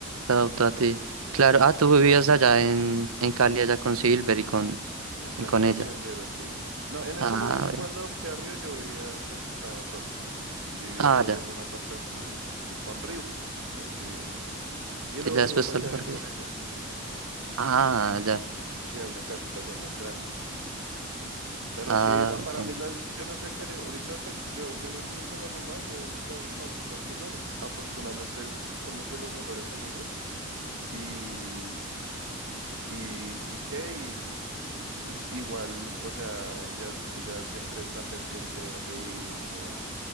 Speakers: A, on the right; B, on the right.
A: Te adoptó a ti.
B: Sí,
A: Claro.
B: ahí lo
A: Ah, tú vivías allá en, en Cali, allá con Silver y con,
B: En Cali
A: y con
B: Pachanguero,
A: ella.
B: sí. No, en ese
A: Ah,
B: momento
A: bien.
B: cuando adopté a Río, yo vivía, pues estaba solo. Vivía
A: Ah,
B: solo
A: ya.
B: en un aparta estudio. Y con Río, ahí vivía. Y
A: Y
B: luego
A: ya
B: sí
A: después
B: me pasé
A: te lo
B: a vivir
A: trajiste.
B: con ellos.
A: Ah, ya.
B: Sí, a una casita ya más grande. Sí. Pero
A: Ah,
B: sí, no, para
A: ya.
B: mí las, yo no sé qué haría. Ahorita pues yo, yo no sigo con la mamá, ya está en Cali con Silver. Afortunadamente somos de los mejores amigos. Y, y, y qué, y igual, o sea, ella, ella siempre está pendiente de Río. eh,